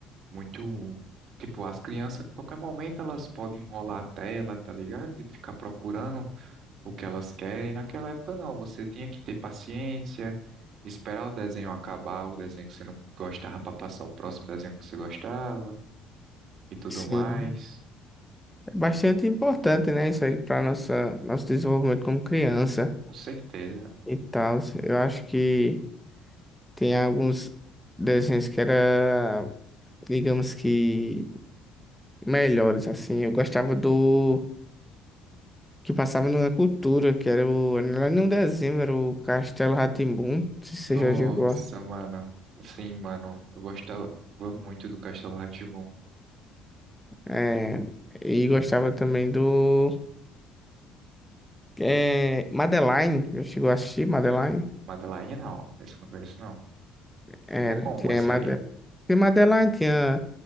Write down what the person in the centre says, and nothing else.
sim.
É bastante importante, né? Isso aí para nossa nosso desenvolvimento como criança
e tal. Eu acho que tem alguns desenhos que era, digamos que melhores assim. Eu gostava do que passava na cultura, que era o não era nem um desenho, era o Castelo rá tim não sei se você
já chegou a...
É, e gostava também do É, Madeline, já chegou a assistir Madeline?
Era,
tinha,
Made...
tinha Madeline, tinha